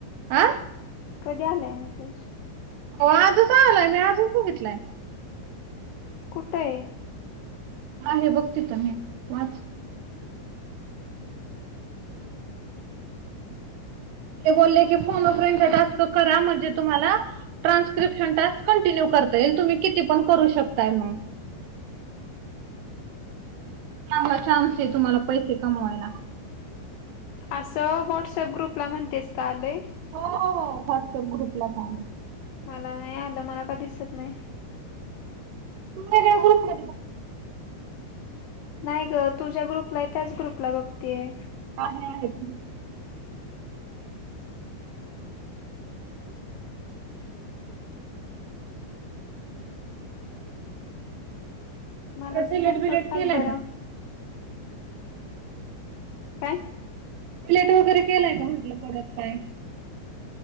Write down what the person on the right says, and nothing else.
हा
हो आजच आलाय, मी आजच बघितलंय.
आहे बघ तिथं मी वाच. ते बोलले की फोन अ फ्रेंडचा टास्क करा म्हणजे तुम्हाला ट्रान्स्क्रिप्शन टास्क कंटिन्यू करता येईल तुम्ही किती पण करू शकताय मग. चांगला चान्स आहे तुम्हाला पैसे कमवायला.
हो हो व्हॉट्सअप ग्रुपला च आलेय.
तुझ्या ग्रुप मध्ये बघ.
आहे आहेत.
परत
डिलेट बिलेट
केलाय
का
प्लेट वगैरे केलाय का म्हटलं परत काय?